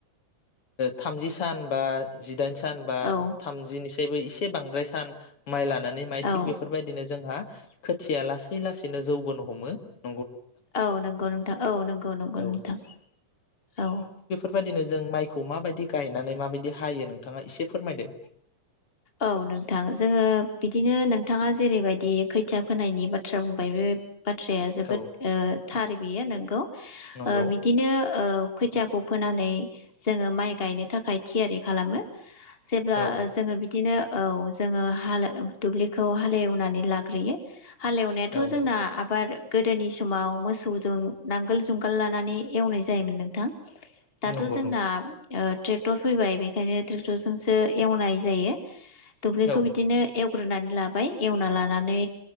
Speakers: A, on the left; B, on the left.
A: थामजि सान बा जिदाइन सा सानबा
B: औ
A: थामजिनि <unintelligible> एसे बांद्राय सान माइला लानानै माइ
B: औ
A: थिग बेफोरबायदिनो जोंहा खोथिया लासै लासैनो जौबोनो हम हमो
B: औ नोंगौ नोंथां औ नोंगौ नोंगौ
A: औ
B: नोंथां औ
A: बेबायदिनो जों माइखौ माबायदि गायनानै माबायदि हायो नोंथाङा एसे फोरमायदो।
B: औ नोंथां जोङो बिदिनो नोंथाङा जेरैबायदि खै थिया फोनायनि बाथ्रा बुंबाय बे बाथ्राया जोबोद
A: औ
B: ओ थार बेयो नोंगौ।
A: नंगौ
B: ओ बिदिनो ओ खोथियाखौ फोनानै जोङो माइ गायनो थाखाय थियारि खालामो जेब्ला
A: औ
B: ओ जोङो बिदिनो औ जोङो हाल एव दुब्लिखौ हालेवनानै लाग्रोयो हालेवनायाथ
A: औ
B: जोंना आबाद गोदोनि समाव मोसौजों नांगोल जुंगाल लानानै एवनाय जायोमोन नोंथां। दाथ
A: नंगौ
B: जोंना
A: नंगौ
B: ओ ट्रिप क्टर फैबाय बेखायनो ट्रेक्टर जो जोंसो एवनाय जायो। <unintelligible> दुब्लिखौ
A: औ
B: बिदिनो एव ग्रोनानै लाबाय एवना लानानै